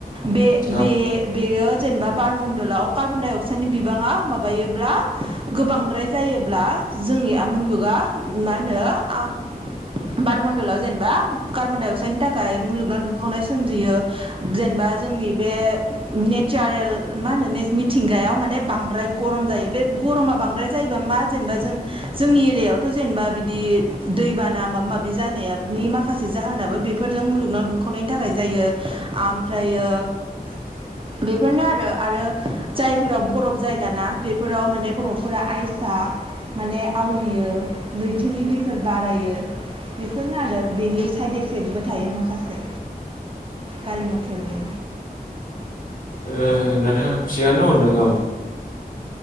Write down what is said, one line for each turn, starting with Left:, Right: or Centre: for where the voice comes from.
Right: बे-बे
Left: औ ओ
Right: बेयो जेनेबा बारम ण्डलाव कार्बनडाइ अक्साइडनि बिबाङा माबायोब्ला गोबांद्राय जायोब्ला जोंनि मुलुगा मा होनो बारमणडलाव जेनेबा कार्बन डाइ अक्साइडनि थाखाय मुलुगनां दुंखावनाय सोमजियो जेनेबा जोंनि बे नेसारेल मा होनो ने मिथिंगाआयाव बांद्राय गरम जायो बे गरमा बांद्राय जायोब्ला मा जेनेबा जों जोंनि एरियायावथ' जेनेबा बिदि दैबाना मा माबि जानायाबनि माखासे जाहोनाबो बेफोरजों मुलुगनाव दुंखावनायनि थाखाय जायो आमफ्रायो
Left: <inaudible>
Right: बेफोरनो आरो आरो जायफोराव बरफ जायगा ना बेफोराव माने बरफफोरा आइसा माने आवलियो लैथोनि दैफोर बारायो बेफोरनो आरो बिनि साइड इफेक्टबो थायो माखासे गारि मटरनि
Left: ओ नोंथां थिगानो दङ नोंगौ